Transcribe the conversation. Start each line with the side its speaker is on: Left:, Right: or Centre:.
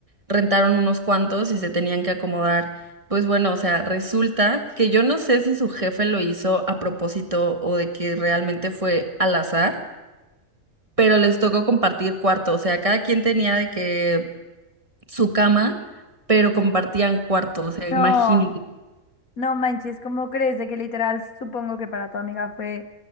Right: rentaron unos cuantos y se tenían que acomodar. Pues bueno, o sea, resulta que yo no sé si su jefe lo hizo a propósito o de que realmente fue al azar pero les tocó compartir cuarto, o sea, cada quien tenía de que su cama, pero compartían cuarto, o sea, imagínate.
Left: No, no manches, ¿cómo crees? De que literal supongo que para tu amiga fue